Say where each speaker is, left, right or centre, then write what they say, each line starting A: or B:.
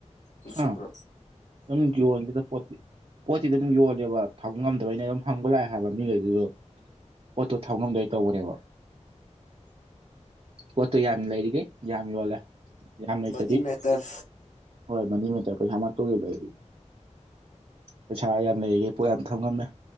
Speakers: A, on the left; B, on the right.
A: ꯅꯨꯡꯁꯤꯠꯇ꯭ꯔꯣ
B: ꯍꯥ ꯑꯗꯨꯝ ꯌꯣꯜꯂꯤꯦꯗ ꯄꯣꯠꯇꯤ ꯄꯣꯠꯇꯤ ꯑꯗꯨꯝ ꯌꯣꯜꯂꯦꯕ ꯊꯕ ꯉꯝꯗꯕꯩꯩꯅ ꯑꯗꯨꯝ ꯍꯪꯕ ꯂꯥꯛꯑꯦ ꯍꯥꯏꯕ ꯃꯤꯈꯩꯗꯨ ꯑꯣꯇꯣ ꯊꯥꯎꯃꯒꯩ ꯀꯧꯕꯅꯦꯕ ꯄꯣꯠꯇꯣ ꯌꯥꯝꯃꯤ ꯂꯩꯔꯤꯒꯦ ꯌꯥꯝꯃꯤ ꯋꯥꯂꯦ ꯌꯥꯝ ꯂꯩꯇꯗꯤ
A: ꯃꯅꯤ ꯃꯦꯇꯔ
B: ꯍꯣꯏ ꯃꯅꯤ ꯇꯔꯐꯁꯃ ꯇꯒꯤ ꯂꯩꯔꯤ ꯄꯩꯁꯥ ꯌꯥꯝ ꯂꯩꯔꯤꯈꯩ ꯄꯣꯠ ꯌꯥꯝ ꯊꯝꯉꯝꯃꯦ